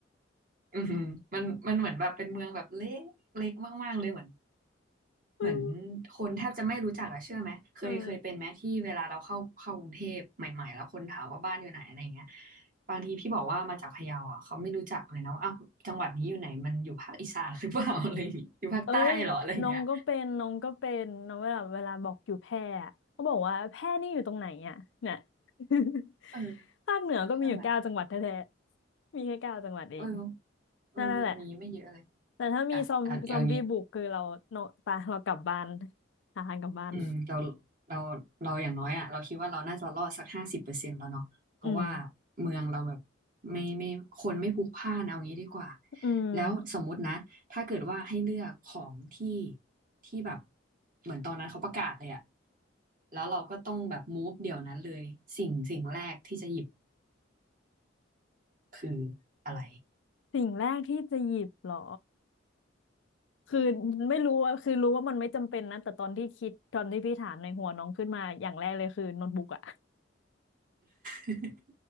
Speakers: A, on the right; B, on the left.
A: อืมมันมันเหมือนแบบเป็นเมืองแบบเล็กเล็กมากๆเลยเหมือน
B: <laughs> ไม่รู้
A: เหมือนคนแทบจะไม่รู้จักอะเชื่อไหมเคยเคยเป็นไหมที่เวลาเราเข้าเข้ากรุงเทพใหม่ๆแล้วคนถามว่าบ้านอยู่ไหนอะไรเงี้ย
B: เออ
A: บางทีพี่บอกว่ามาจากพะเยาอะเขาไม่รู้จักเลยนะว่าอ้าวจังหวัดนี้อยู่ไหนมันอยู่ภาคอีสานหรือเปล่า <laughs> อะไรอย่างงี้อยู่ภาคใต้เหรออะไรอย่เงี้ย
B: เอ้ยน้องก็เป็นน้องก็เป็นน้องเวลาเวลาบอกอยู่แพร่อะเขาบอกว่าแพร่นี่อยู่ตรงไหนอ่ะเนี่ย <laughs>
A: <laughs> เออ
B: ภาคเหนือก็มีอยู่เก้าจังหวัดแท้ๆมีแค่เก้าจังหวัดเอง
A: ใช่ไหมเออมันมันมีไม่เยอะเลย
B: นั่นแหละแต่ถ้ามีซอมซอมบี้บุกคือเราโนปะเรากลับบ้าน
A: อ่ะอ่ะเอางี้
B: หาทางกลับบ้าน
A: อืมเราเราเราอย่างน้อยอ่ะเราคิดว่าเราน่าจะรอดสักห้าสิบเปอร์เซ็นต์แล้วเนาะเพราะว่า
B: อืม
A: เมืองเราแบบไม่ไม่คนไม่พลุกพล่านเอางี้ดีกว่า
B: อืม
A: แล้วสมมุตินะถ้าเกิดว่าให้เลือกของที่ที่แบบเหมือนตอนนั้นเขาประกาศเลยอ่ะแล้วเราก็ต้องแบบมูฟเดี๋ยวนั้นเลยสิ่งสิ่งแรกที่จะหยิบคืออะไร
B: สิ่งแรกที่จะหยิบเหรอคือไม่รู้ว่าคือรู้ว่ามันไม่จำเป็นนะแต่ตอนที่คิดตอนที่พี่ถามในหัวน้องขึ้นมาอย่างแรกเลยคือโน้ตบุ๊กอะ
A: <laughs>